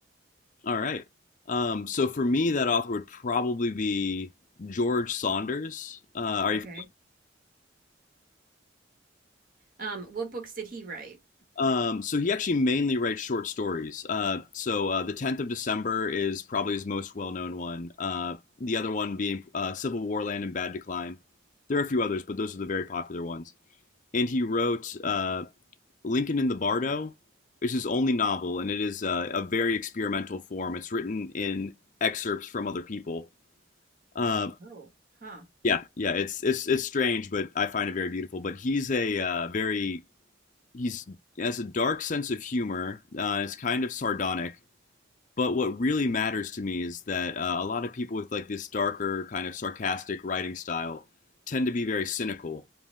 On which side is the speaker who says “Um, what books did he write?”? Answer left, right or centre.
Right